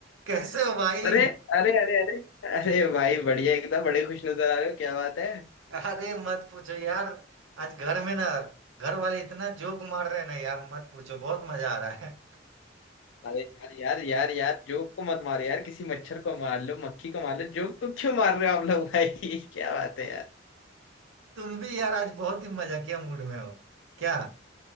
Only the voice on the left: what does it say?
अरे अरे अरे अरे अरे भाई बढ़िया एकदम बड़े खुश नजर आ रहे हो क्या बात है
अरे यार यार यार यार जोक को मत मारो यार किसी मच्छर को मार लो मक्खी को मार लो जोक को क्यों मार रहे हो आप लोग भाई <laughs> क्या बात है यार